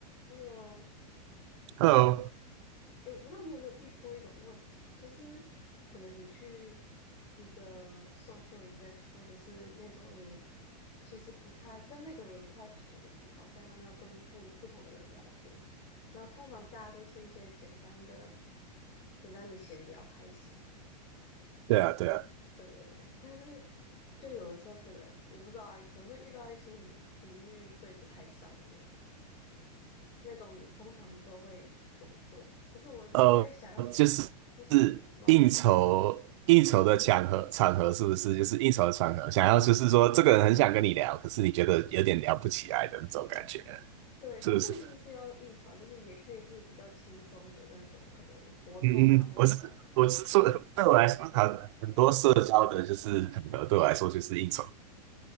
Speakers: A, on the left; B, on the right.
A: 嗯，
B: Hello，
A: 诶，我不知道你有没有遇过一种问题，就是可能你去一个 social event，或者是那种你其实不太跟那个人不太熟的情况下，那你要跟不不同的人聊天，然后通常大家都是一些简单的、简单的闲聊开始嘛，
B: 对啊，对啊，
A: 对对对。但是就有的时候可能我不知道啊，可能会遇到一些你频率对不太上的人。那种你通常都会怎么做啊？就是我一直在想要怎么不失礼貌，
B: 呃，就是是应酬应酬的场合场合是不是就是应酬的场合，
A: <laughs>
B: 想要就是说这个人很想跟你聊，可是你觉得有点聊不起来的那种感觉，
A: 对，但不一定是要应酬啊，
B: 是不是？
A: 就是也可以是比较轻松的那种，可能活动啊，
B: 嗯嗯，嗯我是我是说，
A: 或是干嘛。
B: 对我来说，好很多社交的就是场合对我来说就是应酬，